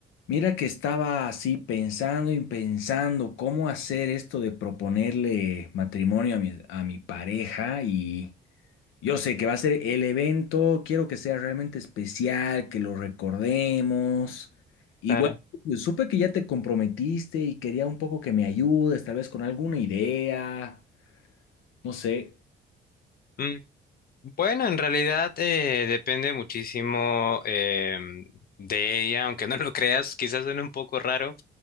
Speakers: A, on the left; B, on the left.
A: Mira que estaba así pensando y pensando cómo hacer esto de proponerle matrimonio a mi, a mi pareja y yo sé que va a ser el evento, quiero que sea realmente especial, que lo recordemos y
B: Claro.
A: bueno, pues, supe que ya te comprometiste y quería un poco que me ayudes, tal vez con alguna idea, no sé.
B: Mm, Bueno, en realidad eh, depende muchísimo em, de ella, aunque no lo creas, quizás suene un poco raro.